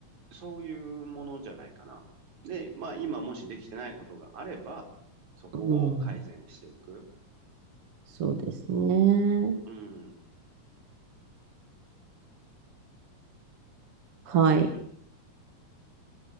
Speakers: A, on the right; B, on the right.
A: そういうものじゃないかな。で、まあ、今もしできてないことがあれば、そこを改善していく。
B: うんそうですね。
A: うん。
B: はい。